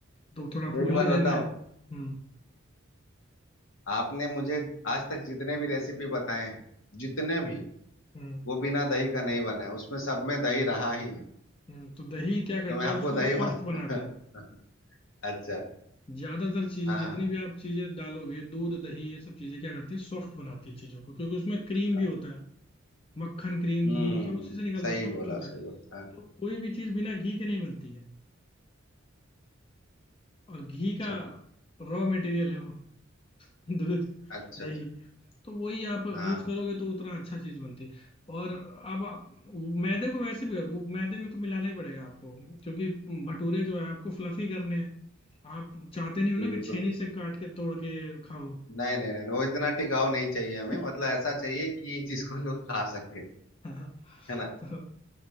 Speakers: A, on the left; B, on the left.
A: तो थोड़ा फूलने
B: एक बात बताऊं
A: देना है हम्म
B: आपने मुझे आज तक जितने भी रेसिपी बताए हैं जितने भी
A: हम्म
B: वो बिना दही का नहीं बना है उसमें सब में दही रहा ही है
A: हम्म, तो दही क्या करता
B: तो मैं आपको
A: है उसको
B: दही
A: सॉफ्ट
B: मान
A: बनाता
B: <laughs>
A: है
B: अच्छा
A: ज्यादातर चीज
B: हाँ
A: जितनी
B: हाँ
A: भी आप चीजें डालोगे दूध दही ये सब चीजें क्या करती है सॉफ्ट बनाती है चीजों को क्योंकि उसमें क्रीम
B: अच्छा।
A: भी होता है मक्खन क्रीम
B: हम्म
A: घी सब उसी से निकलता
B: सही
A: है सब
B: बोला
A: कुछ होता है
B: सही बोला हाँ,
A: तो कोई भी चीज बिना घी के नहीं बनती है और घी
B: अच्छा
A: का रॉ मटेरियल है वो <laughs> दूध
B: अच्छा
A: दही
B: अच्छा
A: तो वही आप
B: हाँ
A: यूज करोगे तो उतना अच्छा चीज बनती है और अब आप मैदे को वैसे भी वो मैदे में तो मिलाना ही पड़ेगा आपको क्योंकि भटूरे जो है आपको फ्लफी करने हैं आप चाहते नहीं हो
B: जी
A: ना कि
B: बिल्कुल
A: छेनी से काट के तोड़ के खाओ
B: नहीं नहीं नहीं वो इतना टिकाऊ नहीं चाहिए हमें
A: <laughs>
B: मतलब ऐसा चाहिए कि जिसको लोग खा सके
A: हाँ,
B: है ना
A: तो तो